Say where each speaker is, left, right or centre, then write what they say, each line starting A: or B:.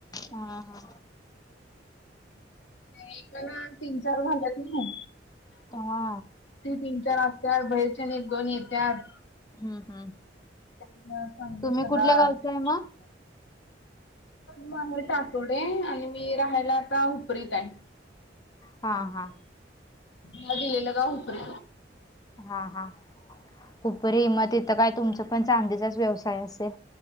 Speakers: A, on the left (about 20°); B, on the left (about 80°).
A: हा हा
B: एका ना तीन चार झाल्यात न
A: हा
B: ते तीन चार असत बाहेरच्यांना एक दोन येत्यात
A: हम्म हम्म.
B: बस व
A: तुम्ही
B: सलाम
A: कुठल्या गावच
B: <inaudible>
A: आहे मग?
B: म आहे आटोडे आणि मी राहायला आता उपरीत आहे
A: हा हा
B: मला दिलेल गाव हुपरी
A: हा हा उपर हिमत इथं काय तुमचं पण चांदीचाच व्यवसाय असेल